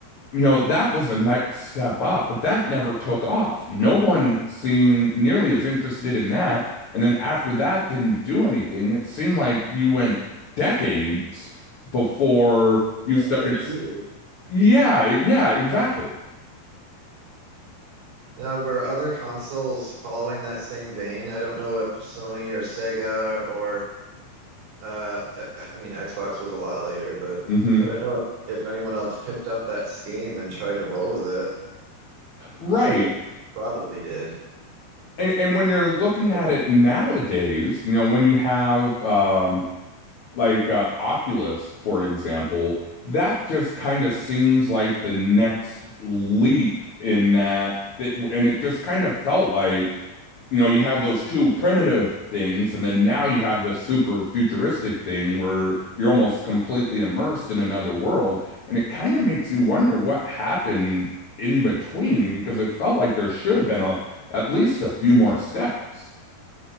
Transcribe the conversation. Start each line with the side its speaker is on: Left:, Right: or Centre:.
Left: you know, that was the next step up, but that never took off. No one seemed nearly as interested in that. And then after that didn't do anything, it seemed like you went decades before you started.
Right: any other shooters.
Left: s- Yeah, yeah, exactly.
Right: Now, were other consoles following that same vein? I don't know if Sony or Sega or Uh, I, I mean, Xbox was a lot later, but
Left: hmm
Right: I don't know if, if anyone else picked up that Steam and tried to roll with it.
Left: Right.
Right: I'm sure they probably did.
Left: And, and when you're looking
Right: Or,
Left: at it nowadays, you know, when you have um, like uh, Oculus, for example, that just kind of seems like the next leap in that, th and it just kind of felt like, you know, you had those two primitive things, and then now you have this super futuristic thing where you're almost completely immersed in another world, and it kind of makes you wonder what happened in between because it felt like there should have been a at least a few more steps.